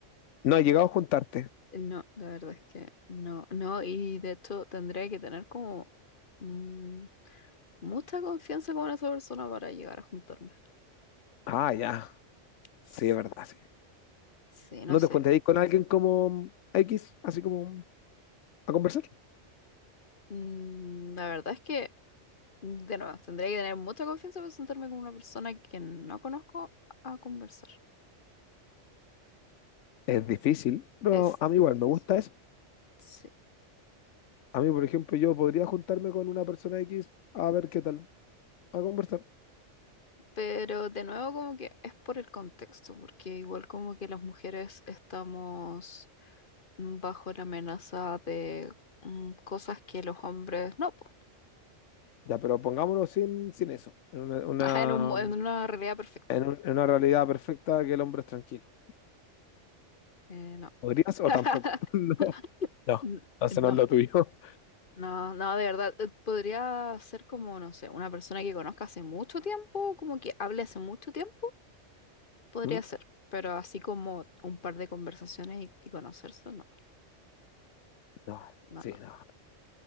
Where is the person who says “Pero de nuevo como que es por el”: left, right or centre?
Left